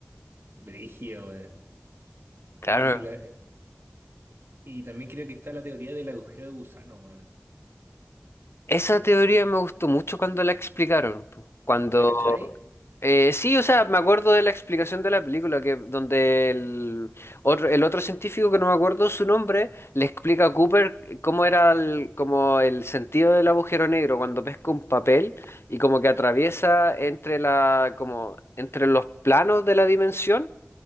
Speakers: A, on the right (about 70°); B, on the left (about 75°).
A: Brígido, weón.
B: Claro,
A: Brígido. la- eh, Y también creo que está la teoría del agujero de gusano, weón.
B: Esa teoría me gustó mucho cuando la explicaron. po. Cuando...
A: ¿La cachai?
B: eh, sí, o sea, me acuerdo de la explicación de la película, que donde el otro, el otro científico, que no me acuerdo su nombre, le explica a Cooper cómo era el, como el sentido del agujero negro cuando pesca un papel y como que atraviesa entre la, como, entre los planos de la dimensión,